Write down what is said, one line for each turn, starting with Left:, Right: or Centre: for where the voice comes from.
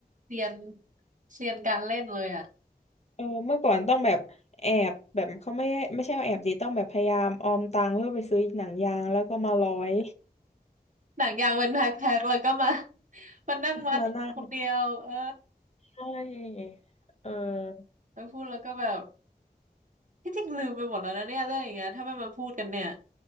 Right: เรียนเรียนการเล่นเลยอ่ะ
Left: เออเมื่อก่อนต้องแบบแอบแบบเขาไม่ไม่ใช่ว่าแอบดีต้องแบบพยายามออมตังค์เพื่อไปซื้อหนังยางแล้วก็มาร้อย
Right: หนังยางเป็นแพ็คๆแล้วก็มามานั่งวัดคนเดียวเออ
Left: <laughs> มานั่ง <laughs> ใช่เออ
Right: แล้วพูดแล้วก็แบบที่จริงลืมไปหมดแล้วนะเนี่ยเรื่องอย่างเงี้ยถ้าไม่มาพูดกันเนี่ย